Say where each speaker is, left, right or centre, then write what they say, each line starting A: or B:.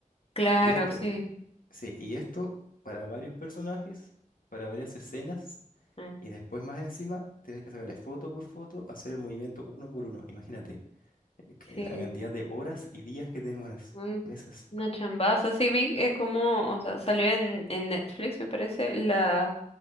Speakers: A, on the left; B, on the left.
A: Claro,
B: Y esto,
A: sí.
B: sí, y esto para varios personajes, para varias escenas.
A: Ah,
B: Y después más encima, tienes que sacarle foto por foto, hacer el movimiento uno por uno. Imagínate. <laughs> La
A: sí.
B: cantidad de horas y días que te demoras.
A: Un-
B: Meses.
A: una chambaza. Sí, vi eh, como, o sea, salió en, en Netflix, me parece, la,